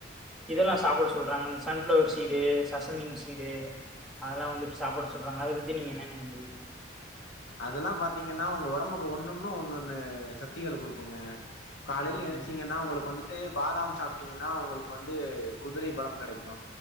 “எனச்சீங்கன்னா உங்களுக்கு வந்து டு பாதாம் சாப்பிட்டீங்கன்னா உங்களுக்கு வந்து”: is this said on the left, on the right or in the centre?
Left